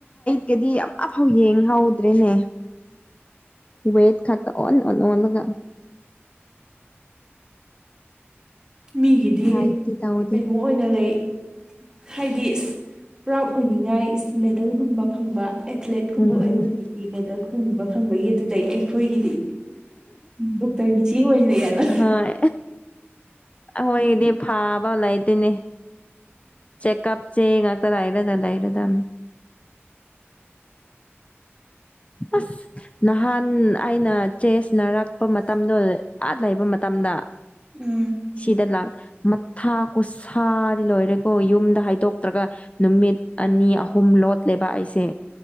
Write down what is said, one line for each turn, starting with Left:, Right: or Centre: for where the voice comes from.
Left: ꯀꯗꯤ ꯑꯃꯐꯥꯎ ꯌꯦꯡꯍꯧꯗ꯭ꯔꯦꯅꯦ ꯋꯦꯠ ꯈꯇ ꯑꯣ ꯑꯣꯒ
Right: ꯃꯤꯒꯤꯗꯤ
Left: ꯍꯥꯏꯠꯇꯤ ꯇꯧꯗꯦ
Right: ꯀꯩꯅꯣ ꯑꯣꯏꯅ ꯂꯩ ꯍꯥꯏꯗꯤ ꯄ꯭ꯔꯥꯎꯠ ꯑꯣꯏꯅꯤꯡꯉꯥꯏ ꯃꯦꯗꯜꯒꯨꯝꯕ ꯐꯪꯕ ꯑꯦꯊ꯭ꯂꯦꯠꯀꯨꯝꯕ
Left: ꯎꯝ
Right: ꯑꯣꯏꯕ ꯃꯤꯗꯤ ꯃꯦꯗꯜ ꯀꯨꯡꯕ ꯐꯪꯕꯒꯤ ꯑꯗꯨ ꯂꯩ ꯑꯩꯈꯣꯏꯒꯤꯗꯤ ꯄꯨꯇꯔꯒꯤ ꯆꯤ ꯑꯣꯏꯅ ꯌꯥꯅ
Left: ꯍꯣꯏ ꯑꯩꯈꯣꯏꯒꯤꯗꯤ ꯐꯥꯕ ꯂꯩꯇꯣꯏꯅꯦ ꯆꯦꯛꯀꯑꯞ ꯆꯦ ꯉꯥꯛꯇꯔ ꯍꯥꯏꯥꯏꯔꯗ ꯂꯥꯏꯔꯗ ꯑꯁ ꯅꯍꯥꯟ ꯑꯩꯅ ꯆꯦꯁꯅꯔꯛꯄ ꯃꯇꯝꯗꯣ ꯑꯥꯠ ꯂꯩꯕ ꯃꯇꯝꯗ
Right: ꯎꯝ
Left: ꯁꯤꯗ ꯂꯥꯛ ꯃꯊꯥ ꯀꯨꯁꯥꯗꯤ ꯂꯣꯏꯔꯦꯀꯣ ꯌꯨꯝꯗ ꯍꯥꯏꯗꯣꯛꯇ꯭ꯔꯒ ꯅꯨꯃꯤꯠ ꯑꯅꯤ ꯑꯍꯨꯝ ꯍꯨꯝ ꯂꯣꯠꯂꯦꯕ ꯑꯩꯁꯦ